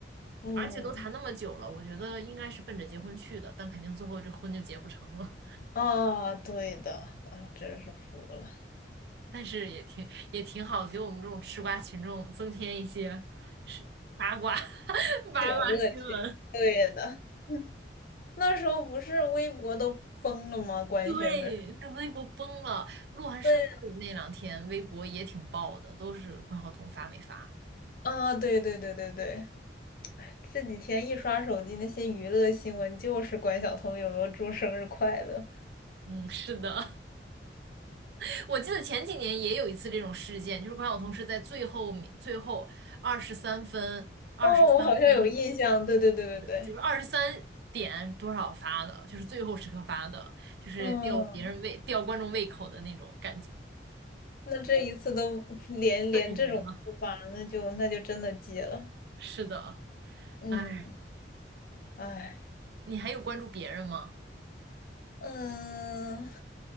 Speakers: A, on the left; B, on the right.
A: 嗯，
B: 而且都谈那么久了，我觉得应该是奔着结婚去的，但肯定最后这婚就结不成了。
A: 啊，对的，啊，真是服了。
B: <laughs> 但是也挺也挺好，给我们这种吃瓜群众增添一些八卦 <laughs> 八卦新闻。
A: 小乐趣。对的，<laughs> 那时候不是微博都封了吗？官宣的时候
B: 对，这微博崩了，鹿晗生日那两天微博也挺爆的，
A: 对
B: 都是关晓彤发没发。
A: 啊，对对对对对，这几天一刷手机，那些娱乐新闻就是关晓彤有没有祝生日快乐。
B: 嗯，<laughs> 是的，<laughs> 我记得前几年也有一次这种事件，就是关晓彤是在最后面最后二十三分二十三分
A: 哦，我好像有印象。对对对对对，
B: 就是二十三点多少发的，就是最后时刻发的，就是吊别人胃、
A: 嗯，
B: 吊观众胃口的那种感觉，
A: 那这一次都 <laughs> 连连这种不发，
B: 彻底没了。
A: 那就那就真的戒了。
B: 是的，
A: 嗯，
B: 哎，
A: 哎。
B: 你还有关注别人吗？
A: 嗯，